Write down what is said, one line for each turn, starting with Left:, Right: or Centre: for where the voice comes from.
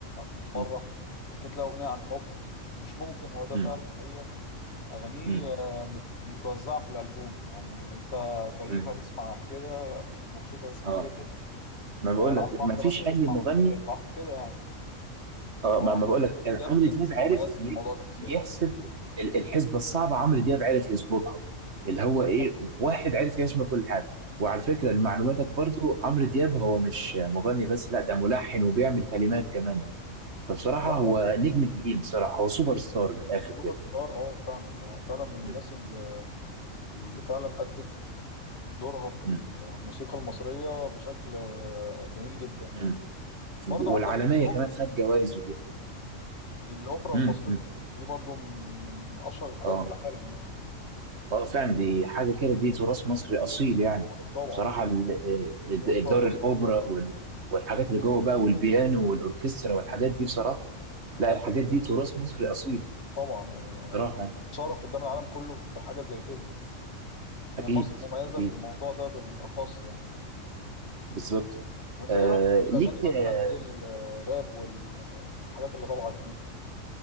Left: بتفرح
Right: م-
Left: ممكن تلاقي اغنيه عن حب مش ممكن هو ده
Right: م-
Left: فعلا حقيقه اغانيه
Right: م-
Left: آه، مت- متوزعه في الالبوم يعني انت كئيب
Right: م-
Left: هتسمع كده مبسوط هتسمع
Right: اه
Left: كده
Right: ما بقول
Left: آه، على
Right: لك
Left: البحر
Right: ما فيش
Left: مثلا تسمع
Right: أي مغني
Left: اغنيه للبحر كده يعني
Right: اه
Left: هو
Right: ما
Left: عمرو
Right: ما بقول لك
Left: عمرو دياب
Right: عمرو
Left: من الناس
Right: دياب عارف
Left: المميزه في
Right: ي-
Left: الموضوع ده بالذات
Right: يحسب ال- الحسبه الصعبه عمرو دياب عارف يظبطها اللي هو ايه
Left: اه
Right: واحد عارف يشمل كل حاجه وعلى فكره لمعلوماتك برضو عمرو دياب هو مش مغني بس لا ده ملحن وبيعمل كلمات كمان فبصراحه
Left: آه.
Right: هو نجم الجيل بصراحه هو سوبر ستار من الاخر
Left: سوبر
Right: كده
Left: ستار اه فعلا هو فعلا من
Right: مم.
Left: الناس اللي اللي فعلا أدت دورها في
Right: مم.
Left: الموسيقى المصرية بشكل آه، جميل جدا يعني
Right: مم.
Left: برضو
Right: والعالميه
Left: عندك الأوب...
Right: كمان خد جوائز وكده
Left: الأوبرا
Right: مم.
Left: المصرية
Right: مم.
Left: دي برضو من أشهر الحاجات
Right: اه
Left: في العالم يعني
Right: اه فعلا دي حاجه كده دي تراث مصري اصيل يعني
Left: فارس طبعا
Right: بصراحه ال-
Left: الأوبرا
Right: ال- دار
Left: المصرية
Right: الاوبرا وال- والحاجات اللي جوه بقى والبيانو والاوركسترا والحاجات دي بصراحه
Left: حاجات
Right: لا الحاجات دي
Left: آه،
Right: تراث مصري اصيل
Left: طبعا يعني
Right: بصراحه يعني
Left: تشرف قدام العالم كله بحاجة زي كده إن
Right: اكيد
Left: مصر مميزة
Right: اكيد
Left: في الموضوع ده بالأخص يعني
Right: بالظبط
Left: وأنت
Right: آه
Left: إيه رأيك في الأغاني
Right: ليك
Left: مثلا
Right: آه
Left: زي الراب والحاجات اللي طالعة جديد دي؟